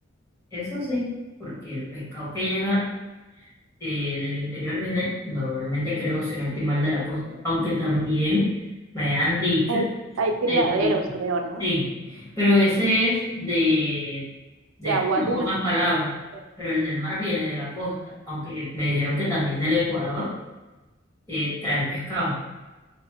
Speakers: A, on the left; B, on the right.
A: Eso sí, porque el pescado que llega eh, del interior viene normalmente, creo, si no estoy mal, de la costa, aunque también me han dicho
B: Hay, hay criaderos,
A: Sí,
B: creo, ¿no?
A: sí, pero ese es de, de
B: De agua
A: río,
B: dulce.
A: en pocas palabras,
B: Ok.
A: pero el del mar viene de la costa, aunque me dijeron que también del Ecuador eh, traen pescado,